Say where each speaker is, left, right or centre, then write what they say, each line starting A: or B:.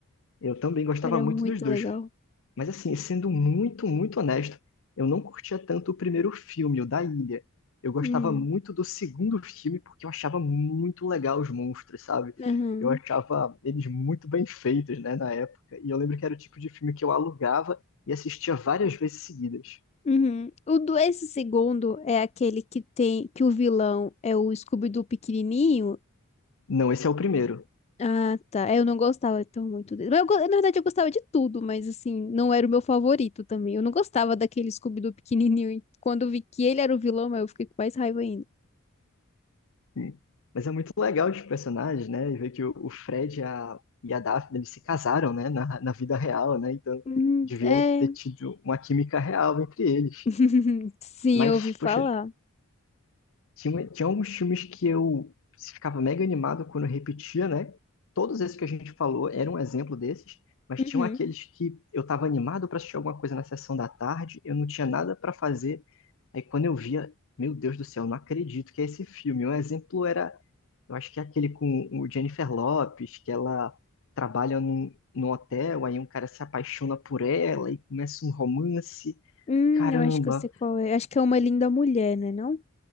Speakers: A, on the left; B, on the left.
A: eu também gostava
B: Era
A: muito
B: muito
A: dos dois.
B: legal.
A: Mas assim, sendo muito, muito honesto, eu não curtia tanto o primeiro filme, o da Ilha. Eu gostava
B: Hum,
A: muito do segundo filme porque eu achava muito legal os monstros, sabe?
B: aham.
A: Eu achava eles muito bem feitos, né, na época. E eu lembro que era o tipo de filme que eu alugava e assistia várias vezes seguidas.
B: Uhum. O do esse segundo é aquele que tem que o vilão é o Scooby-Doo pequenininho.
A: Não, esse é o primeiro.
B: Ah, tá. É, Eu não gostava tão muito dele. Mas Eu, go- na verdade, eu gostava de tudo, mas assim, não era o meu favorito também. Eu não gostava daquele Scooby-Doo pequenininho. E quando eu vi que ele era o vilão, eu fiquei com mais raiva ainda.
A: Hum. Mas é muito legal os personagens, né? E ver que o o Fred e a, e a Daphne, eles se casaram, né, na, na vida real, né? Então
B: Hum,
A: devia
B: é.
A: ter tido uma química real entre eles.
B: <laughs> Sim,
A: Mas,
B: eu ouvi falar.
A: poxa, tinha, uma- tinha alguns filmes que eu ficava mega animado quando eu repetia, né? Todos esses que a gente falou eram um exemplo desses, mas
B: Uhum.
A: tinham aqueles que eu estava animado para assistir alguma coisa na sessão da tarde, eu não tinha nada para fazer. Aí quando eu via, meu Deus do céu, não acredito que é esse filme. Um exemplo era, eu acho que é aquele com o Jennifer Lopez, que ela trabalha num, num hotel, aí um cara se apaixona por ela e começa um romance.
B: Hum,
A: Caramba,
B: eu acho que eu sei qual é. Acho que é uma linda mulher, né? Não?